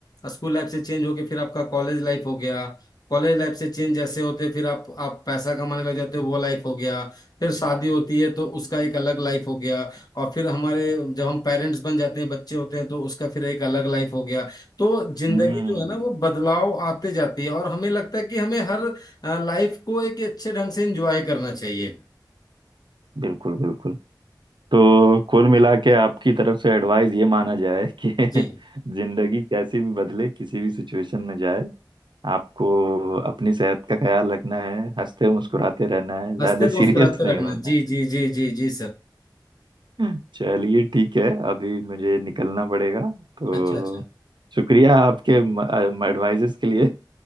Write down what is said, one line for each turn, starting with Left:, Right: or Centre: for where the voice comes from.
Left: स्कूल लाइफ से चेंज होके फिर आपका कॉलेज लाइफ हो गया कॉलेज लाइफ से चेंज जैसे होते फिर आप आप पैसा कमाने लग जाते हो वो लाइफ हो गया फिर शादी होती है तो उसका एक अलग लाइफ हो गया और फिर हमारे जब हम पेरेंट्स बन जाते हैं बच्चे होते हैं तो उसका फिर एक अलग लाइफ हो गया तो जिंदगी
Right: हम्म
Left: जो है ना वो बदलाव आते जाती है और हमें लगता है कि हमें हर लाइफ को एक अच्छे ढंग से एंजॉय करना चाहिए
Right: बिल्कुल बिल्कुल तो कुल मिला के आपकी तरफ से एडवाइस ये माना जाए कि <laughs>
Left: जी
Right: जिंदगी कैसी भी बदले किसी भी सिचुएशन में जाए आपको अपनी सेहत का ख्याल रखना है हंसते मुस्कुराते रहना है ज्यादा
Left: हंसते मुस्कुराते
Right: सीरियस नहीं
Left: रखना
Right: होना
Left: जी
Right: है
Left: जी जी जी जी सर
Right: <laughs> चलिए ठीक है अभी मुझे निकलना पड़ेगा तो
Left: अच्छा अच्छा
Right: शुक्रिया आपके एडवाइजेस के लिए